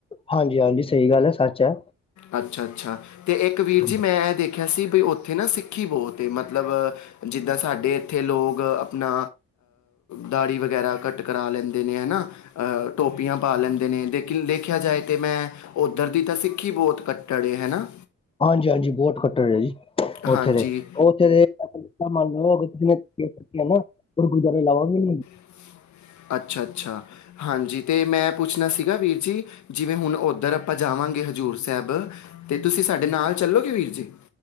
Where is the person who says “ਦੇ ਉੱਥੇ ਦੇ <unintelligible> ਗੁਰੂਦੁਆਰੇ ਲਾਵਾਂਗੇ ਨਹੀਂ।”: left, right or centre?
Left